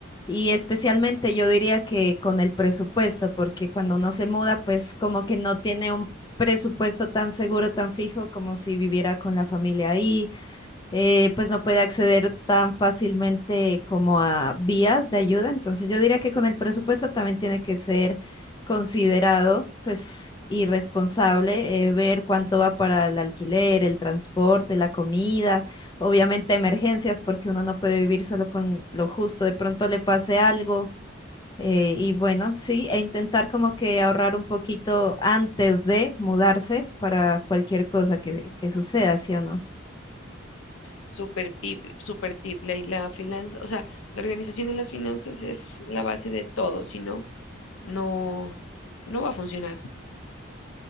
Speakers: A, on the left; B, on the left.
A: y especialmente yo diría que con el presupuesto, porque cuando uno se muda, pues como que no tiene un presupuesto tan seguro, tan fijo como si viviera con la familia ahí eh, pues no puede acceder tan fácilmente como a vías de ayuda. Entonces yo diría que con el presupuesto también tiene que ser considerado, pues, y responsable, eh, ver cuánto va para el alquiler, el transporte, la comida, obviamente emergencias, porque uno no puede vivir solo con lo justo, de pronto le pase algo. eh, y bueno, sí, e intentar como que ahorrar un poquito antes de mudarse para cualquier cosa que, que suceda, ¿sí o no?
B: Super tip, super tip. La, la finanza, o sea, la organización de las finanzas es la base de todo, si no, no, no va a funcionar.